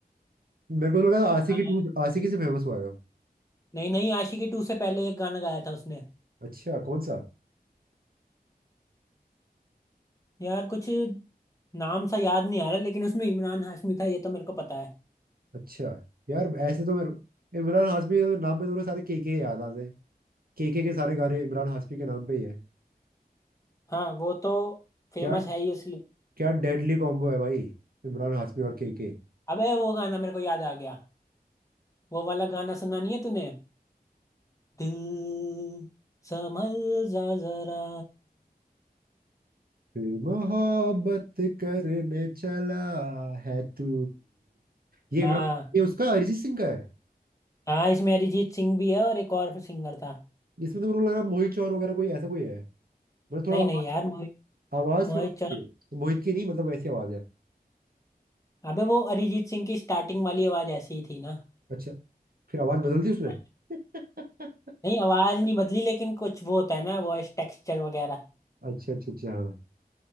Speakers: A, on the right; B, on the left.
A: मेरे को तो लगा आशिकी
B: हाँ।
A: टू आशिकी से फेमस हुआ है वो।
B: नहीं नहीं आशिकी टू से पहले एक गाना गाया था उसने
A: अच्छा कौन सा
B: यार कुछ नाम सा याद नहीं आ रहा लेकिन उसमें इमरान हाशमी था ये तो मेरे को पता है
A: अच्छा यार ऐसे तो मेरे इमरान हाशमी के नाम पे तो मेरे सारे के के याद आते हैं के के के सारे गाने इमरान हाशमी के नाम पे ही है
B: हाँ वो तो फेमस
A: क्या
B: है ही इसलिए
A: क्या डेडली कॉम्बो है भाई इमरान हाशमी और केके
B: अबे वो गाना मेरे को याद आ गया वो वाला गाना सुना नहीं है तूने दिल संभल जा जरा
A: फिर मोहब्बत करने चला है तू ये इमरान
B: हाँ
A: ये उसका अरिजीत सिंह का है
B: हाँ इसमें अरिजीत सिंह भी है और एक और सिंगर था
A: इसमें तो मेरे को लग रहा है मोहित चौहान वगैरह कोई ऐसा कोई है मतलब थोड़ा
B: नहीं
A: आवाज
B: नहीं यार मोहित
A: आवाज
B: मोहित
A: थोड़ा वैसी
B: चौहान
A: है। तो मोहित की नहीं मतलब वैसी आवाज है
B: अबे वो अरिजीत सिंह की स्टार्टिंग वाली आवाज ऐसी ही थी ना
A: अच्छा फिर आवाज बदल दी उसने
B: हाँ,
A: <laughs>
B: नहीं आवाज नहीं बदली लेकिन कुछ वो होता है ना वॉइस टेक्सचर वगैरह
A: अच्छा अच्छा अच्छा हाँ।